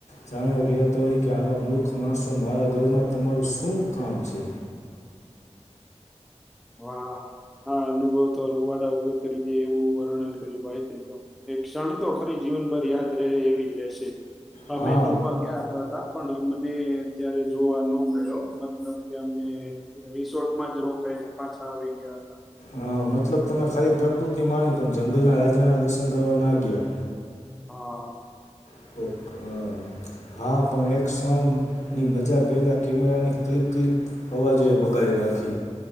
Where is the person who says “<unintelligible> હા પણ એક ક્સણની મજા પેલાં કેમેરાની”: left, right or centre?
Left